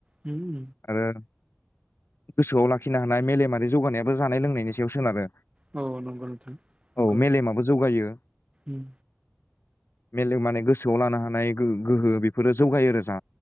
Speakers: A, on the right (about 25°); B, on the left (about 60°).
A: होम
B: आरो गोसोआव लाखिनो हानाय मेलेमारि जौगानायाबो जानाय लोंनायनि सायाव सोनारो
A: औ नंगौ नोंथां नंगौ
B: औ मेलेमाबो जौगायो
A: उम
B: मेलेम माने गोसोआव लानो हानाय गोहो गोहो बेफोरो जौगायो आरो जा